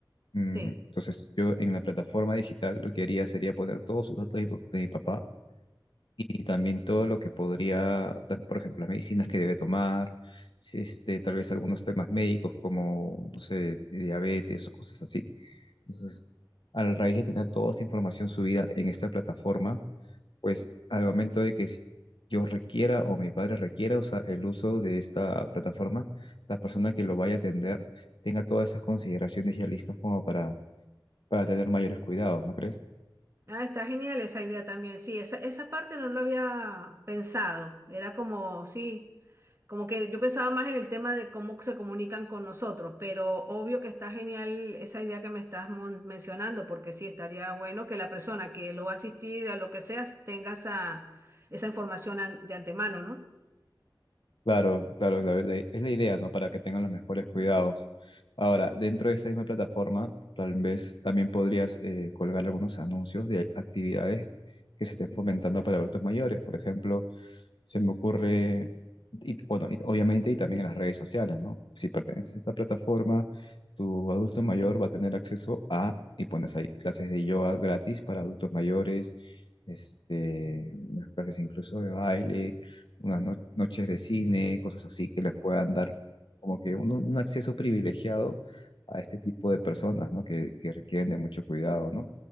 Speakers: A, on the left; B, on the right.
A: Mm,
B: Sí.
A: Entonces, yo en la plataforma digital lo que haría sería poner todos sus datos de mi de mi papá y también todo lo que podría, ta- por ejemplo, las medicinas que debe tomar, si, este, tal vez algunos temas médicos como, no sé, diabetes o cosas así. Entonces, a la raíz de tener toda esta información subida en esta plataforma, pues al momento de que s- yo requiera o mi padre requiera usar el uso de esta plataforma, la persona que lo vaya a atender tenga todas esas consideraciones ya listas como para para tener mayores cuidados, ¿no crees?
B: Ah, está genial esa idea también. Sí, esa, esa parte no lo había pensado. Era como, sí, como que yo pensaba más en el tema de cómo se comunican con nosotros, pero obvio que está genial esa idea que me estás mon- mencionando, porque sí, estaría bueno que la persona que lo va a asistir a lo que sea tenga esa, esa información an- de antemano, ¿no?
A: Claro, claro, la- la- es la idea, ¿no? Para que tengan los mejores cuidados. Ahora, dentro de esta misma plataforma, tal vez también podrías eh, colgar algunos anuncios de actividades que se estén fomentando para adultos mayores. Por ejemplo, Se me ocurre, y, bueno, y obviamente, y también en las redes sociales, ¿no? Si perteneces a esta plataforma, tu adulto mayor va a tener acceso a, y pones ahí, clases de yoga gratis para adultos mayores, este, unas clases incluso de baile, unas no- noches de cine, cosas así que les puedan dar como que un, un acceso privilegiado a este tipo de personas, ¿no? Que, que requieren de mucho cuidado, ¿no?